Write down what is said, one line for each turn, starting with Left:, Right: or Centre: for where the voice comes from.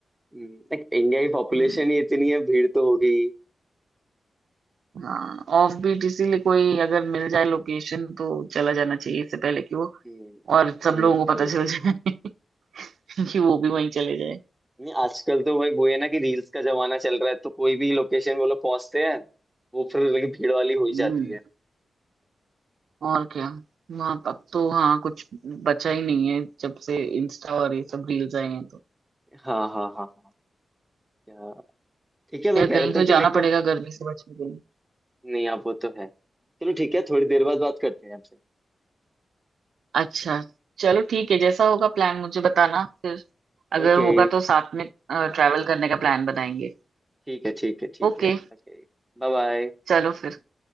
Centre: हम्म, एक इंडिया की पॉपुलेशन
Right: हम्म।
Centre: ही इतनी है भीड़ तो होगी ही।
Right: हाँ ऑफ बीट इसीलिए कोई अगर मिल जाए लोकेशन तो चला जाना चाहिए इससे पहले कि वो
Centre: हम्म
Right: और सब
Centre: हम्म
Right: लोगों को पता
Centre: वही
Right: चल जाए <laughs> कि वो भी वहीं चले जाए
Centre: नहीं आजकल तो भाई वो है ना कि रील्स का जमाना चल रहा है तो कोई भी लोकेशन वो लोग पहुंचते हैं वो फिर लगी भीड़ वाली हो ही
Right: हम्म,
Centre: जाती है
Right: और क्या वहां अब तो हाँ कुछ बचा ही नहीं है जब से इंस्टा और ये सब रील्स आए हैं तो
Centre: हाँ हाँ हाँ हाँ क्या ठीक है मैं
Right: खैर
Centre: कह
Right: कहीं
Centre: रहा
Right: तो
Centre: था कि
Right: जाना
Centre: लाइक अब
Right: पड़ेगा गर्मी से बचने के लिए
Centre: नहीं आप वो तो है चलो ठीक है थोड़ी देर बाद बात करते हैं आपसे
Right: अच्छा चलो ठीक है जैसा होगा प्लान मुझे बताना फिर अगर
Centre: ओके
Right: होगा तो साथ में ट्रैवल करने का प्लान बनाएंगे
Centre: ठीक है ठीक है ठीक
Right: ओके
Centre: है ओके Bye bye
Right: चलो फिर